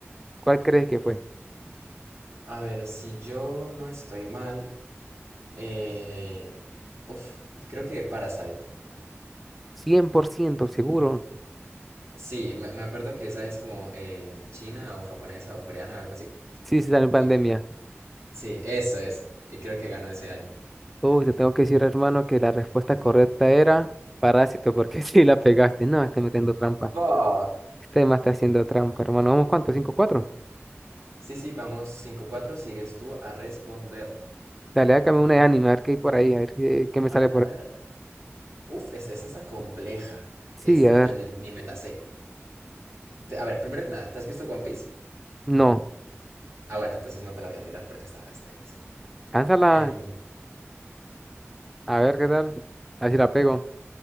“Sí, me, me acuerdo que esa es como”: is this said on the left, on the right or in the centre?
Right